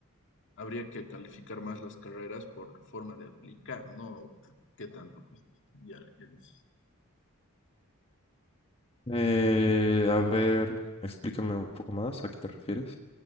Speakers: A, on the left; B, on the left.
A: habría que calificar más las carreras por forma de aplicar, no qué tanto cuesta estudiar, ¿qué dices?
B: Eh, a ver, explícame un poco más, ¿a qué te refieres?